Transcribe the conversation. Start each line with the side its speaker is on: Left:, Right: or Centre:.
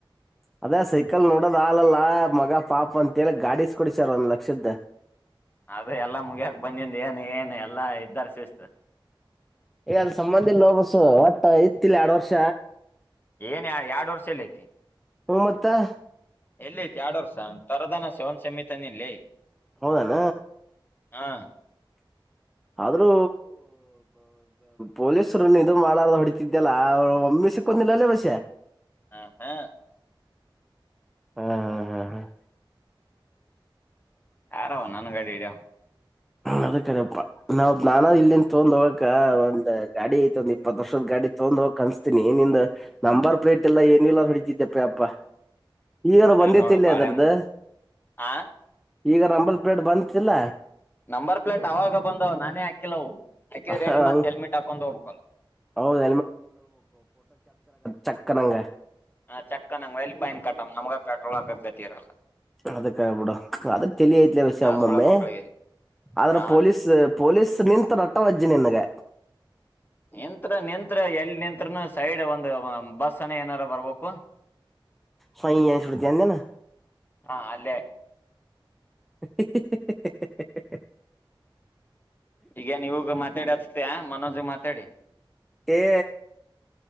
Centre: ಅದೇ ಸೈಕಲ್ ನೋಡೋದ ಹಾಲಲ್ಲ ಮಗ ಪಾಪ ಅಂತೇಳಿ ಗಾಡಸ್ ಕೊಡಿ ಸರ್ ಒಂದ್ ಲಕ್ಷದ್ದ.
Left: ಅದ ಎಲ್ಲಾ ಮುಗಿಯಾಕ ಬಂದಂದು ಏನ್ ಏನ್ ಎಲ್ಲಾ ಇದ್ದಾರ್. ವಿಶೇಷತ
Centre: ಈ ಅದ ಸಂಬಂಧಿಿಲ್ಲ ಬಸು ಒಟ್ಟ ಇತ್ತಿಲ್ಲ ಎರಡು ವರ್ಷ
Left: ಏನ್ ಎರಡ್ ವರ್ಷ ಎಲ್ಲ ಐತಿ.
Centre: ಮ ಮತ್ತ
Left: ಎಲ್ಲಿ ಐತ್ ಎರಡ್ ವರ್ಷ ತರದನ ಶಿವನ್ ಸಮಿತನ ಇಲ್ಲಿ
Centre: ಹೌದಣ
Left: ಹಾ
Centre: ಆದ್ರೂ ಪೊಲೀಸರುನ್ನು ಇದರು ಮಾಡಾರ ಹೊಡಿತಿದ್ದ್ಯಲ್ಲ ಅವರು ಒಮ್ಮೆ ಸಿಕ್ಕೊಂಡಿಲ್ಲಲ್ಲೇ ಮಸೆ
Left: ಹಾ ಹಾ
Centre: ಹ್ಮ್ ಹ್ಮ್ ಹ್ಮ್ ಹ್ಮ್
Left: ಯಾರಾವ ನನ್ ಗಡೆ ಇಡ್ಯ
Centre: ಅದಕ್ಕಡಪ್ಪಾ ನಾವ್ ನಾನ ಇಲ್ಲಿಂದ ತಗೊಂಡ್ ಹೋಗಕ ಒಂದ್ ಗಾಡಿ ಐತ ಒಂದ್ ಇಪ್ಪತ್ ವರ್ಷದ ಗಾಡಿ ತಗೊಂಡ್ ಹೋಗಕ್ ಕನ್ಸ್ತಿನನಿ ನಿಂದ ನಂಬರ್ ಪ್ಲೇಟ್ ಎಲ್ಲ ಏನಿಲ್ಲ ಹಡಿತಿದ್ದಪ್ಪ ಅಪ್ಪ ಅಪ್ಪ ಈಗಾರ ಬಂದಿತಿಿಲ್ಲ
Left: ನೋಡು ಬಾಳೆ
Centre: ಅದರ್ದು.
Left: ಆ
Centre: ಈಗ ನಂಬಲ್ ಪ್ಲೇಟ್ ಬಂತತಿಲ್ಲ
Left: ನಂಬರ್ ಪ್ಲೇಟ್ ಅವಾಗ ಬಂದವ್ ನಾನೇ ಹಾಕಿಲ್ಲವು ಹಾಕಿದ್ರ
Centre: ಹಂಗ್-
Left: ಎಲ್ಲಿ ಮತ್ತ ಹೆಲ್ಮೆಟ್ ಹಾಕೊಂಡ್ ಹೋಗ್ಬೇಕಲ್ಲ
Centre: ಹೌದ್ ಚಕ್ಕನಂಗ
Left: ಹ ಚಕ್ಕ ನಂಗ್ ಎಲ್ಲಿ ಪಾಯನ್ ಕಟ್ಟ ನಮ್ ನಮ್ಗ ಪೆಟ್ರೋಲ್ ಹಕಕ್ದ ಗತಿ ಇರಲ್ಲ
Centre: ಅದಕ್ಕೆಬಿಡ ಅದ ತಲ ಐತ್ಲ ವಿಷಯ
Left: ಆ
Centre: ಒಮ್ಮೊಮ್ಮೆ
Left: ಸುಳ ಮಕ್ಕಳಿಗೆ
Centre: ಆದ್ರ
Left: ಹಾ
Centre: ಪೊಲೀಸ್ ಪೊಲೀಸ್ ನಿತ್ು ರಟ್ಟ ಅಜ್ಜಿ ನಿನ್ಗೆ
Left: ನಂತ್ರ ನಿಂತ್ರ ಎಲ್ಲಿ ನಿಂತ್ರನು ಸೈಡ್ ಒಂದ ಒ ಬಸ್ಸನ ಏನಾರ ಬರ್ಬೇಕು
Centre: ಸಾಯಯನ ಸುಟ್ಟ ಅಂದನು
Left: ಹಾ ಅಲ್ಲೇ
Centre: <unintelligible>
Left: ಈಗನ್ ಇವಗ ಮಾತಾಡಿ ಅಸತಯ ಮನೋಜ್ ಮಾತಾಡಿ
Centre: ಏ